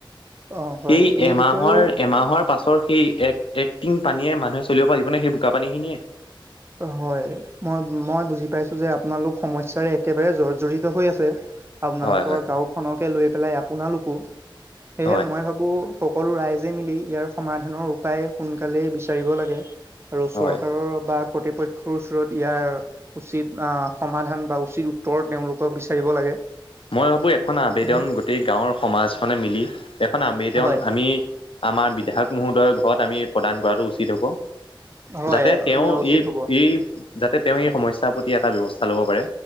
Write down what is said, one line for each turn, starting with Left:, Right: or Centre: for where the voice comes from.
Right: অ হয়
Left: সেই
Right: এই
Left: এমাহৰ
Right: বিষয়েও
Left: এমাহৰ পাছৰ সেই এক এক্টিং পানীয়ে মানুহে চলিব পাৰিবনে সেই বোকা পীখিনিয়ে?
Right: হয়। মই মই বুজি পাইছোঁ যে, আপোনালোক সমস্যৰে একেবাৰে জৰ্জৰিত হৈ আছে। আপোনালোকৰ
Left: হয় হয়
Right: গাওঁখনকে লৈ পেলাই আপোনালোকো সেয়হে
Left: হয়
Right: মই ভাবোঁ বোৰ সকলো ৰাইজে মিলি ইয়াৰ সমাধানৰ উপায় সোনকালেই বিচাৰিব লাগে। আৰু চৰকাৰৰ
Left: হয়
Right: বা কৰ্তৃপক্ষৰ ওচৰত ইয়াৰ উচিত আ, সমাধান বা উচিত উত্তৰ তেওঁলোকক বিচাৰিব লাগে।
Left: মই ভাবোঁ এখন আবেদন
Right: হয়
Left: গোটেই গাঁৱৰ সমাজখনে মিলি এখন আবেদন
Right: হয়
Left: আমি আমাৰ বিধায়ক মহোদয়ৰ ঘৰত আমি প্ৰদান কৰাটো উচিত হ'ব।
Right: হয়
Left: যাতে তেওঁ
Right: উচিত
Left: এই
Right: হ'ব
Left: এই যাতে তেওঁ এই সমস্যাৰ প্ৰতি এটা ব্যৱস্থা ল'ব পাৰে